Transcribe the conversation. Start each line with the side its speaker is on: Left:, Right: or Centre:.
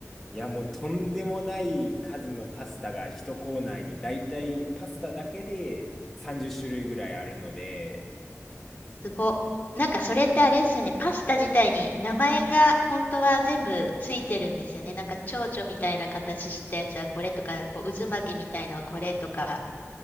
Centre: いやもうとんでもない数のパスタが一コーナーにだいたいパスタだけで30種類ぐらいあるので、
Left: すご。なんかそれってあれですよね。パスタ自体に名前が本当は全部ついてるんですよね。なんか蝶々みたいな形したやつはこれとか、こう渦巻きみたいのはこれとか。